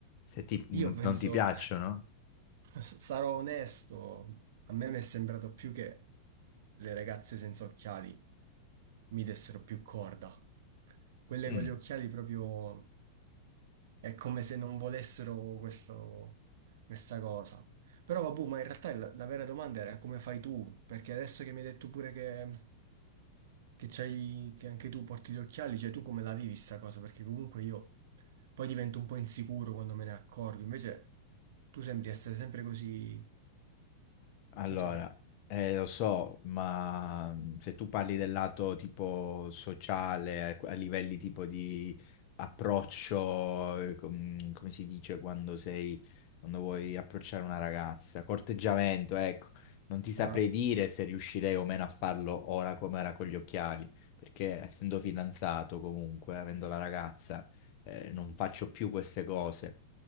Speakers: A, on the left (about 40°); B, on the right (about 55°).
A: Se ti- non
B: io penso,
A: non ti piacciono?
B: s- sarò onesto, a me mi è sembrato più che le ragazze senza occhiali mi dessero più corda. Quelle
A: Mm.
B: con gli occhiali proprio. È come se non volessero questo- questa cosa. Però vabbè, ma in realtà la, la vera domanda era come fai tu? Perché adesso che mi hai detto pure che, che c'hai, che anche tu porti gli occhiali, cioè tu come la vivi sta cosa? Perché comunque io poi divento un po' insicuro quando me ne accorgo, invece tu sembri essere sempre così,
A: Allora,
B: lo sai.
A: eh, lo so, ma mh, se tu parli del lato tipo sociale, a, a livelli tipo di approccio, eh, com- come si dice quando sei, quando vuoi approcciare una ragazza, corteggiamento, ecco, non ti saprei
B: Ah.
A: dire se riuscirei o meno a farlo ora come era con gli occhiali, perché essendo fidanzato comunque, avendo la ragazza, eh, non faccio più queste cose